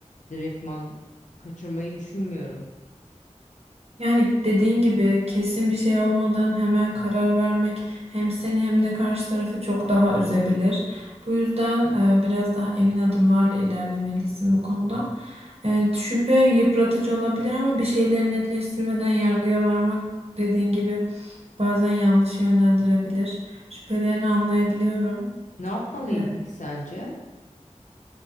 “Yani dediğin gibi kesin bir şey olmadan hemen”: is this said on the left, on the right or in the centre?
Right